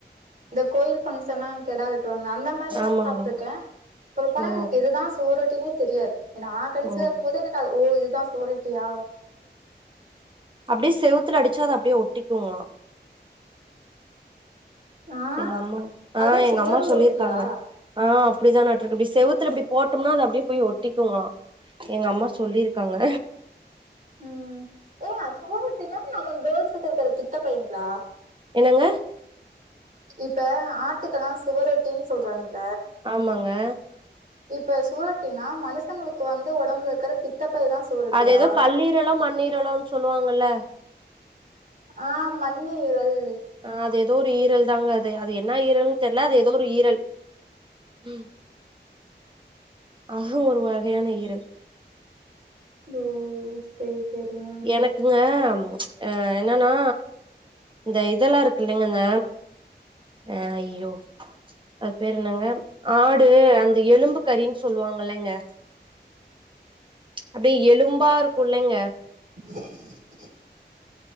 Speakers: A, on the right; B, on the right.
A: இந்த கோயில் பங்க்ஷனா கெடா வெட்டுவாங்களா அந்த மாரி எல்லா
B: ஆமாங்க
A: சாப்ட்டுருக்கன் சொல்ல போனா
B: ஓ
A: எனக் இதுதா செவுரொட்டினே தெரியாது நா கன்சிவா
B: ஓ
A: இருக்கமோது எனக்கு அது ஓ இதுதா சோரட்டியா
B: அப்டியே செவுத்துல அடிச்சா அது அப்டியே ஒட்டிக்குங்ளா
A: ஆ
B: எங்க அம்மா ஆ
A: அதா
B: எங்க
A: சுவரு
B: அம்மா சொல்லியிருக்காங்க
A: ஒட்டியா
B: ஆ அப்டிதா நட்ருக்கு இப்டி செவுத்துல இப்டி போட்டோம்னா அது அப்டியே போய் ஒட்டிக்குங்ளா எங்க அம்மா சொல்லியிருக்காங்க
A: ம் ஏங்க சுவரொட்டீங்கா நமக் கேர்ள்ஸ்ஸுக்கு இருக்கிற பித்த பைங்ளா
B: என்னங்க
A: இப்ப ஆட்டுக்கல்லா சுவரொட்டின் சொல்றாங்ள
B: ஆமாங்க
A: இப்ப சுவரொட்டினா மனுஷங்களுக்கு வந்து ஒடம்புல இருக்கிற பித்தப்பை தா சுவரொட்டியா
B: அது எதோ கல்லீரலோ மண்ணீரலோ சொல்லுவாங்கல்ல
A: ஆ மண்ணீரல்
B: ஆ அது எதோ ஒரு ஈரல் தாங்க அது அது என்ன ஈரல்ன்னு தெர்ல அது ஏதோ ஒரு ஈரல் ம் அதுவு ஒரு வகையான ஈரல்
A: ஓ செரி செரிங்க
B: எனக்குங்க அ என்னன்னா இந்த இதெல்லா இருக்குல்லைங்க அந்த அ அய்யிய்யோ அது பேரு என்னங்க ஆடு அந்த எலும்பு கறின் சொல்வாங்கல்லைங்க அப்டியே எலும்பா இருக்கும்ல்லைங்க
A: <inaudible>